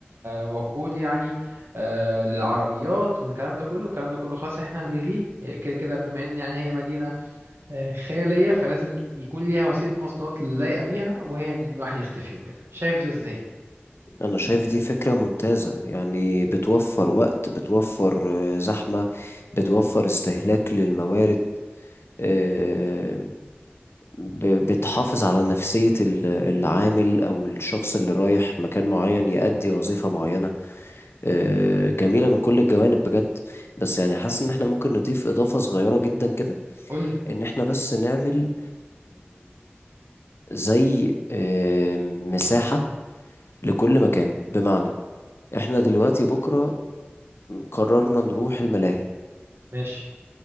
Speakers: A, on the right; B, on the left.
A: كوقود يعني آه، للعربيات والكلام ده كله الكلام ده كله خلاص احنا هنلغيه آه، كده كده بما ان يعني هي مدينة آه، خيالية فلازم يكون ليها وسيلة مواصلات لايقة بيها وهي ان الواحد يختفي وكده شايف ده ازاي؟
B: انا شايف دي فكرة ممتازة يعني بتوفر وقت بتوفر آه، زحمة بتوفر استهلاك للموارد آه، ب- بتحافظ على نفسية ال- العامل او الشخص اللي رايح مكان معين يأدي وظيفة معينة آه، جميلة من كل الجوانب بجد بس يعني حاسس ان احنا ممكن نضيف اضافة صغيرة جدا كده
A: قولي
B: ان احنا بس نعمل زي آه، مساحة لكل مكان بمعنى احنا دلوقتي بكرة قررنا نروح الملاهي
A: ماشي